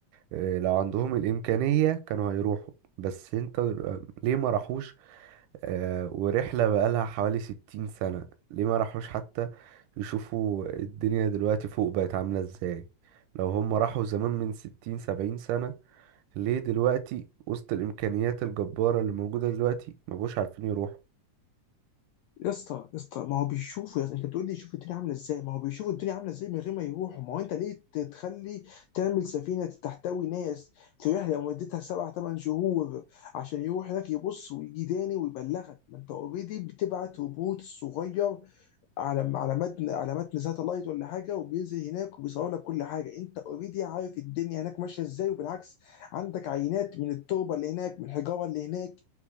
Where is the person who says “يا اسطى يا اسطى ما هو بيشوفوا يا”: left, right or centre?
Left